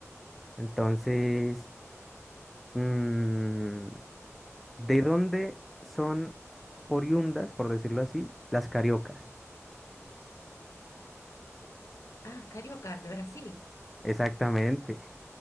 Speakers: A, in the centre; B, on the left (about 75°).
A: Entonces... mm, ¿De dónde son oriundas, por decirlo así, las cariocas?
B: Ah, cariocas de Brasil.
A: Exactamente.